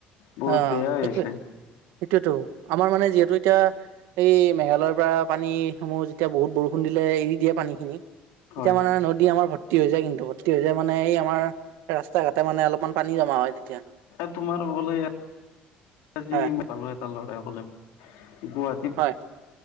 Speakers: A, on the left; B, on the right.
A: বহুত
B: অ',
A: বেয়া হৈ
B: সেইটোৱে
A: আছে
B: সেইটোৱেতো। আমাৰ মানে যিহেতু এতিয়া এই মেঘালয়ৰ পৰা পানীসমূহ যেতিয়া বহুত বৰষুণ দিলে এৰি দিয়ে পানীখিনি।
A: হয়
B: এতিয়া মানে
A: হয়
B: নদী আমাৰ ভৰ্তি হৈ যায় কিন্তু। ভৰ্তি হৈ যায় মানে এই আমাৰ ৰাস্তা ঘাটে মানে অলপমান পানী জমা হয়। তেতিয়া
A: এ তোমাৰ বোলে আজি
B: হয়
A: <unintelligible> এটা ল'ৰাই ক'লে মোক। গুৱাহাটী
B: হয়